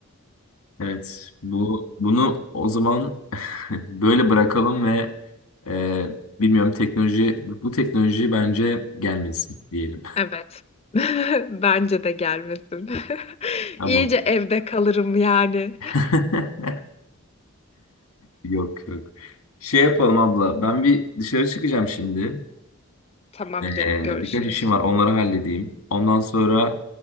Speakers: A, on the left; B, on the left.
A: Evet bu bunu o zaman <laughs> böyle bırakalım ve e, bilmiyorum teknoloji bu teknoloji bence gelmesin diyelim.
B: Evet. <laughs> Bence de gelmesin. <laughs>
A: <laughs> Tamam.
B: İyice evde kalırım yani.
A: <laughs> Yok yok. Şey yapalım abla. Ben bir dışarı çıkacağım şimdi.
B: Tamam
A: Ee,
B: canım görüşürüz.
A: birkaç işim var. Onları halledeyim. Ondan sonra